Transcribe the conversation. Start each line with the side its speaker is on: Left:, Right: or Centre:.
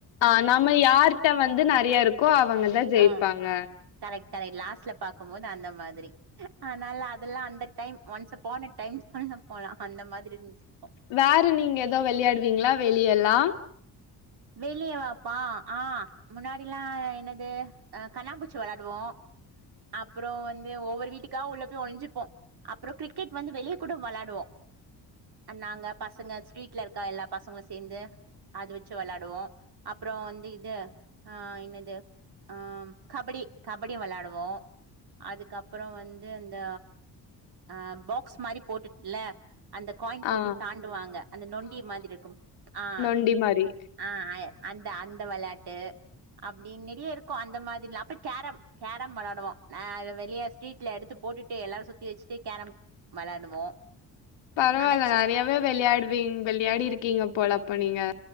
Left: ஆ நம்ம யார்ட்ட வந்து நறையாருக்கோ அவங்கதா ஜெயிப்பாங்க
Right: ஆ கரெக்ட் கரெக்ட் லாஸ்ட்ல பாக்கும்போது அந்த மாதிரி அதனால அதெல்லா அந்த டைம் ஒன்ஸ் அப்பான அ டைம் போலா அந்த மாதிரி இருந்துருக்கோ
Left: வேற நீங்க எதோ வெளையாடுவீங்ளா வெளியெல்லா
Right: வெளியே வாப்பா ஆ முன்னாடில்லாம் என்னது கண்ணாம்பூச்சி வேலாடுவோம் அப்பறோ வந்து ஒவ்வொரு வீட்டுக்கா உள்ள போய் ஒழிஞ்சுப்போ அப்றோ கிரிக்கெட் வந்து வெளியக்கூட வெளாடுவோ நாங்க பசங்க ஸ்ட்ரீட்ல இருக்கா எல்லா பசங்களும் சேர்ந்து அது வச்சு வேலாடுவோம் அப்புறம் வந்து இது ஆ இன்னது ஆம் கபடி கபடி வெளாடுவோ அதுக்கப்புறோ வந்து அந்த ஆ பாக்ஸ் மாரி போட்டுட்டுல்ல அந்த காயின் போட்டு
Left: ஆ,
Right: தாண்டுவாங்க அந்த நொண்டி மாதிரி இருக்கும் ஆ
Left: டீம்மாறி
Right: ஆ அய் அந்த அந்த வெளாட்டு அப்டின் நெறையா இருக்கு அந்த மாதிரிலா அப்ப கேரம் கேரம் வெளாடுவோ நா அத வெளியே ஸ்ட்ரீட்ல எடுத்து போட்டுட்டு எல்லாரு சுத்தி வச்சிட்டு கேரம் வெளாடுவோ
Left: பரவால்ல
Right: அனச்சு
Left: நெறையாவே வெளையாடுவிங் வெளையாடி இருக்கிங்க போல அப்ப நீங்க